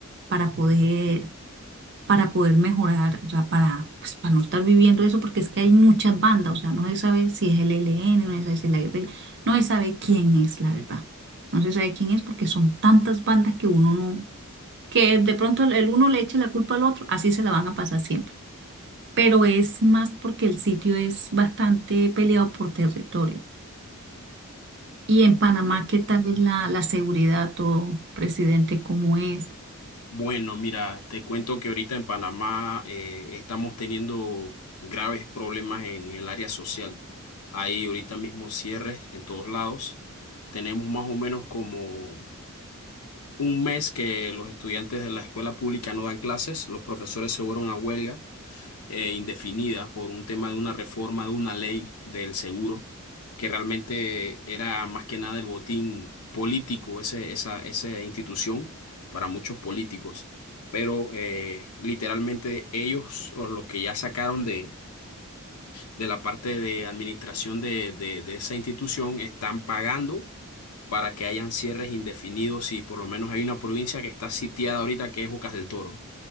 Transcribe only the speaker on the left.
Sí.
Bueno, mira, te cuento que ahorita en Panamá eh, estamos teniendo graves problemas en el área social. Hay ahorita mismo cierres en todos lados. Tenemos más o menos como un mes que los estudiantes de la escuela pública no dan clases, los profesores se fueron a huelga. eh, indefinida por un tema de una reforma de una ley del seguro, que realmente era más que nada el botín político, ese, esa, esa institución para muchos políticos. Pero eh, literalmente ellos, o los que ya sacaron de, de la parte de administración de, de, de esa institución, están pagando para que hayan cierres indefinidos y por lo menos hay una provincia que está sitiada ahorita que es Bocas del Toro.